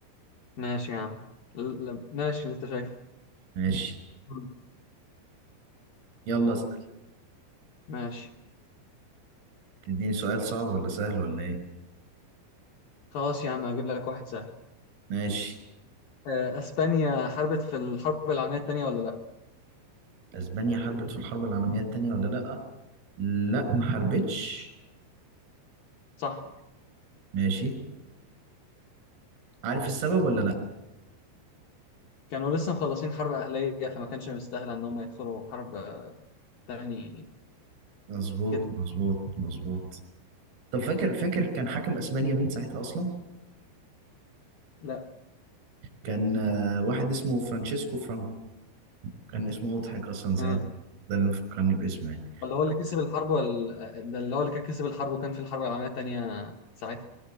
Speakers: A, on the left; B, on the right.
A: ماشي يا عم ل- ل- ماشي اللي انت شايفه
B: ماشي
A: مم.
B: يلا اسأل
A: ماشي
B: تديني سؤال صعب ولا سهل ولا ايه
A: خلاص يا عم هجيب لك واحد سهل
B: ماشي
A: آه، اسبانيا حاربت في الحرب العالمية التانية ولا لا؟
B: اسبانيا حاربت في الحرب العالمية التانية ولا لأ لأ ما حاربتش
A: صح
B: ماشي عارف السبب ولا لأ
A: كانوا لسه مخلصين حرب أهلية فما كانش مستاهلة ان هم يدخلوا حرب آه، تاني
B: مظبوط
A: كده
B: مظبوط مظبوط طب فاكر فاكر كان حاكم اسبانيا مين ساعتها اصلا
A: لا
B: كان آه، واحد اسمه فرانشيسكو فرانكو كان اسمه مضحك اصلا ساعتها
A: اه
B: ده اللي فكرني باسمه يعني
A: ولا هو اللي كسب الحرب ولا آه، ده اللي هو اللي كان كسب الحرب وكان في الحرب العالمية التانية ساعتها